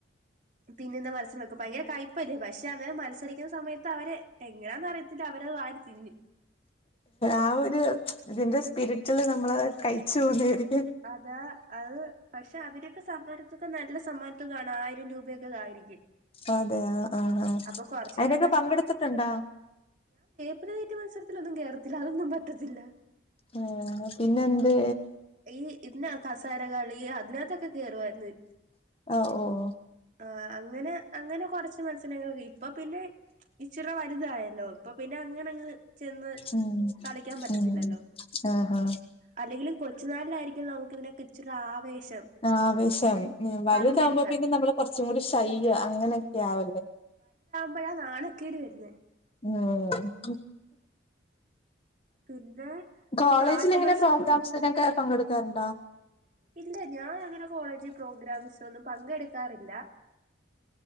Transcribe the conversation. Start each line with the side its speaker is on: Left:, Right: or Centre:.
Right: തിന്നുന്ന മത്സ്യം വെക്കും ഭയങ്കര കയ്പ്പായിരി പക്ഷെ അന്നേരം മത്സരിക്കുന്ന സമയത്ത് അവര് എങ്ങനാന്നറിയത്തില്ല അവരത് വാരിത്തിന്നും.
Left: ആ ഒരു ഇതിന്റെ സ്പിരിറ്റില് നമ്മളത് കഴിച്ചു പൊവ്വ്നായിരിക്കും
Right: അതാ അത് പക്ഷെ അതിനൊക്കെ സമ്മാനത്തൊക നല്ല സമ്മാനത്തൊകാണ് ആയിരം രൂപയൊക്കെ ആയിരിക്കും.
Left: അതെ ആ ആഹ് ആഹ
Right: അപ്പൊ കൊറച്ചേരം
Left: അയിതിനൊക്കെ പങ്കെടുത്തിട്ടുണ്ടാ
Right: അതീറ്റ മത്സരത്തിലൊന്നും കേറത്തില്ല അതൊന്നും പറ്റത്തില്ല.
Left: ആ പിന്നെ എന്ത്
Right: ഈ ഇതിന കസരകളി അതിനകത്തൊക്കെ കേറുവായിരുന്നു.
Left: ഓ ഓഓ
Right: ആഹ് അങ്ങനെ അങ്ങനെ കൊറച്ച് മത്സരങ്ങൾക്ക്‌ ഇപ്പൊ പിന്നെ ഇച്ചിറ വലുതായല്ലോ ഇപ്പൊ പിന്നെ അങ്ങനങ്ങ് ചെന്ന്
Left: ഉം
Right: കളിക്കാൻ പറ്റത്തില്ലല്ലോ
Left: ഉം ആഹാ
Right: അല്ലെങ്കിലും കൊച് ലായിരിക്കും നമുക്ക് ഇതിനൊക്കെ ഇച്ചിരി ആവേശം
Left: ആവേശാണ് വലുതാകുമ്പോ
Right: പങ്കെടുക്കാൻ
Left: പിന്നെ നമ്മള് കൊറച്ചുംകൂടി ശയ്യ് അങ്ങനെയൊക്കെ ആവല്ലോ
Right: പ്പഴാ നാണക്കേടിവരുന്ന്
Left: ഉംമ്
Right: പിന്നെ
Left: കോളേജിൽ
Right: ഈ പാട്ട്
Left: എങ്ങനെ
Right: മത്സരം
Left: പ്രോഗ്രാംസ്നൊക്കെ പങ്കെടുക്കാറുണ്ടോ
Right: ഇല്ല ഞാൻ അങ്ങനെ കോളേജ് പ്രോഗ്രാംസിനൊന്നും പങ്കെടുക്കാറില്ല